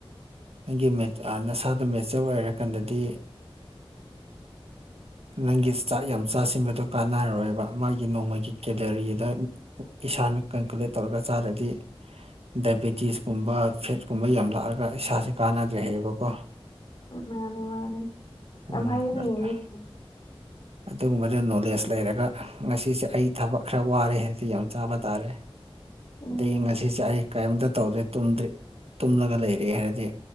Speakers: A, on the right (about 80°); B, on the left (about 50°).
A: ꯑꯩꯪꯒꯤ ꯃꯦꯠꯇꯔ ꯥ ꯅꯁꯥꯗ ꯃꯦꯠꯆꯔ ꯑꯣꯏꯔꯀꯥꯟꯗꯗꯤ
B: <unintelligible>
A: ꯅꯪꯒꯤ ꯆꯥꯛ ꯌꯥꯝ ꯆꯥꯁꯤꯟꯕꯗꯣ ꯀꯥꯟꯅꯔꯣꯏꯕ ꯃꯥꯒꯤ ꯅꯣꯡꯃꯒꯤ ꯀꯦꯂꯣꯔꯤꯗ ꯏꯁꯥꯅ ꯀꯟꯀꯨꯂꯦꯠ ꯇꯧꯔꯒ ꯆꯥꯗꯗꯤ ꯗꯥꯏꯕꯦꯇꯤꯁꯀꯨꯝꯕ ꯐꯦꯠꯀꯨꯝꯕ ꯌꯥꯝ ꯂꯥꯛꯑꯒ ꯏꯁꯥꯁꯦ ꯀꯥꯟꯅꯗ꯭ꯔꯦꯍꯕꯀꯣ
B: ꯃꯥꯅꯦ ꯃꯥꯅꯦ
A: ꯎꯝꯝ
B: ꯌꯥꯝ ꯍꯩꯅꯦ
A: ꯑꯠ ꯍꯥ
B: <inaudible>
A: ꯑꯗꯨꯒꯨꯝꯕꯗ ꯅꯣꯂꯦꯖ ꯂꯩꯔꯒ ꯉꯁꯤꯁꯦ ꯑꯩ ꯊꯕꯛ ꯈꯔ ꯋꯥꯔꯦ ꯍꯥꯏꯗꯤ ꯌꯥꯝ ꯆꯥꯕ ꯇꯥꯔꯦ
B: <inaudible> ꯑꯗꯨꯅꯦ
A: ꯑꯗꯩꯩ ꯉꯁꯤ ꯆꯥꯛꯑꯦ ꯀꯔꯤꯝꯇ ꯇꯧꯗ꯭ꯔꯦ ꯇꯗ꯭ꯔꯤ ꯇꯨꯝꯂꯒ ꯂꯩꯔꯦ ꯍꯥꯏꯔꯗꯤ